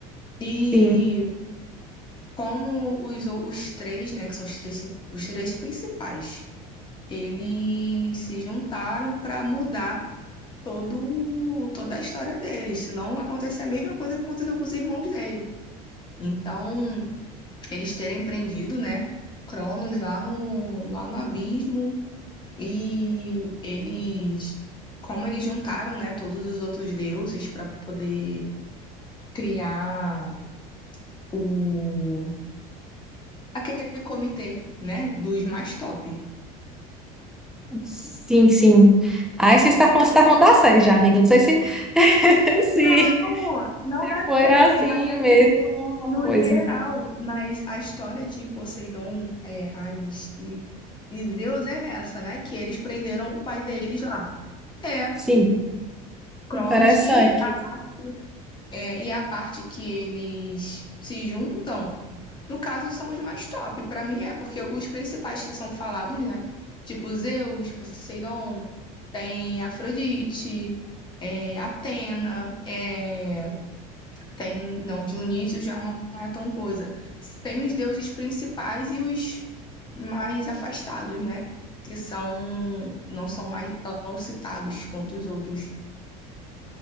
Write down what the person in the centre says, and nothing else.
Sim.
Sim, sim. Aí você está, você está falando da série já, amiga. Não sei se, <laughs> se,
se
foi
assim
mesmo uma
coisa.
Sim,
interessante.